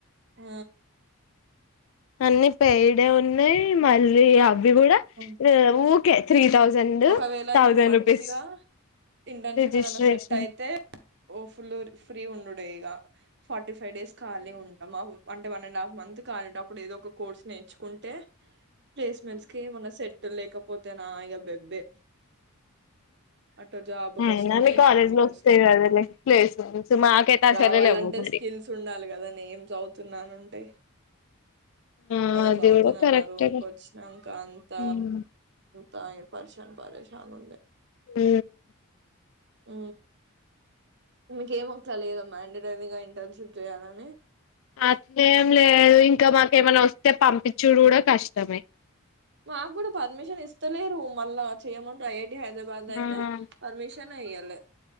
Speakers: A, on the right; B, on the left.
A: ఆ
B: అన్నీ పెయిడే ఉన్నాయి మళ్ళీ అవి కూడా
A: ఉమ్
B: ఊ కే త్రీ థౌజండ్
A: ఒకవేళ
B: థౌజండ్
A: ఇప్పుడు మంచిగా
B: రూపీస్
A: ఇంటర్న్షిప్
B: రిజిస్ట్రేషన్
A: ఏదైనా సెట్ అయితే ఓ ఫుల్ ఫ్రీ ఉండు పేగా ఫోర్టీ ఫ ఫైవ్ డేస్ ఖాళీ ఉంటం ఆ one to one and half month ఖాలుంటావ్ అప్పుడు ఏదో ఒక కోర్స్ నేర్చుకుంటే ప్లేస్మెంట్స్ కి ఏమన్నా సెట్ లేక పోతేనా ఇగ బెబ్ బ్బే అటు జాబ్
B: అయినా
A: కష్టమే
B: మీ
A: ఇటన్నీ
B: కాలేజ్ లో
A: కష్టం
B: వస్తాయి కదలే ప్లేస్మెంట్స్ మాకైతే అసలే
A: రావాలంటే
B: లేవ్వు మరి
A: స్కిల్స్ ఉండాలి కదా నేను చవుతున్నాను టే
B: ఆ
A: నే నా
B: అది
A: చదువుతనన్నారు
B: కూడా కరెక్టేలే
A: ఇంకొచ్చినాక అంత
B: ఉమ్
A: తాయు పర్షాన్ పరేషాన్ ఉంది
B: ఊ
A: ఊ మీకేమోతా లేదా మేండటరీగా ఇంటర్న్షిప్ చేయాలని
B: అట్లేం లేదు ఇంక మాకేమన్నా వస్తే పంపిచ్చుడు కూడా కష్టమే
A: మాగ్గూడా పర్మిషన్ ఇస్తలేరు మళ్ళా చేయమంటా యే హైద్రాబాద్ లో ఐతే
B: ఆ
A: పర్మిష్ <inaudible> నే ఎయ్యాలే